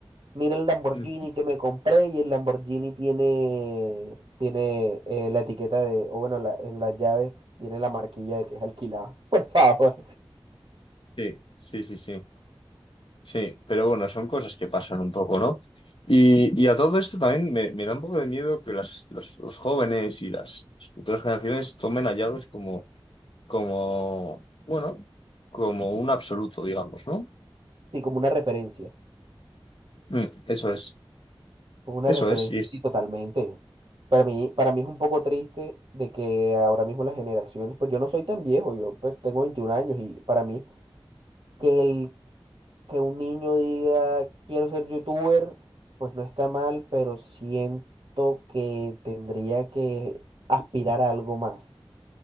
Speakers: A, on the right; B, on the left.
A: Mira el Lamborghini
B: Mm,
A: que me compré y el Lamborghini tiene, tiene eh, la etiqueta de, o bueno, la- en las llaves tiene la marquilla de que es alquilado. <laughs> Por favor.
B: Sí, sí, sí, sí. Sí, pero bueno, son cosas que pasan un poco, ¿no? Y, y a todo esto también me, me da un poco de miedo que las, los, los jóvenes y las futuras generaciones tomen hallazgos como... como, bueno, como un absoluto, digamos, ¿no?
A: Sí, como una referencia.
B: Mm, eso es,
A: Como una
B: eso
A: referencia.
B: es, y es,
A: Sí, totalmente. Para mí, para mí es un poco triste de que ahora mismo las generaciones, pues yo no soy tan viejo, yo pues tengo 21 años y para mí que el que un niño diga quiero ser youtuber, pues no está mal, pero siento que tendría que aspirar a algo más.